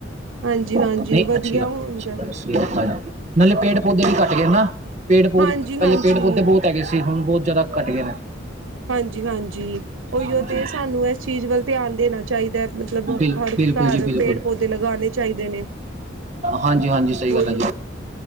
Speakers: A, on the right (about 80°); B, on the right (about 35°).
A: ਹਾਂਜੀ
B: ਨਹੀਂ,
A: ਹਾਂਜੀ ਵਧੀਆ
B: ਅੱਛੀ ਗੱਲ
A: ਹੁੰਦਾ
B: ਨਾਲੇ ਪੇੜ-ਪੌਦੇ ਵੀ ਘੱਟ ਗਏ ਨਾ। ਪੇੜ-ਪੌਦੇ
A: ਹਾਂਜੀ
B: ਪਹਿਲੇ
A: ਹਾਂਜੀ
B: ਪੇੜ-ਪੌਦੇ ਬਹੁਤ ਹੈਗੇ ਸੀ, ਹੁਣ ਬਹੁਤ ਜ਼ਿਆਦਾ ਘੱਟ ਗਏ ਨੇ।
A: ਹਾਂਜੀ, ਹਾਂਜੀ, ਉਹੀਓ
B: ਹਾਂਜੀ
A: ਤੇ। ਸਾਨੂੰ ਇਸ ਚੀਜ਼ ਵੱਲ ਧਿਆਨ ਦੇਣਾ ਚਾਹੀਦਾ ਹੈ। ਮਤਲਬ
B: ਬਿਲ
A: ਹਰ
B: ਬਿਲਕੁਲ
A: ਘਰ
B: ਜੀ ਬਿਲਕੁਲ
A: ਪੇੜ-ਪੌਦੇ ਲਗਾਉਣੇ ਚਾਹੀਦੇ ਨੇ।
B: ਹਾਂਜੀ ਹਾਂਜੀ ਸਹੀ
A: ਉਹੀ
B: ਗੱਲ ਹੈ ਜੀ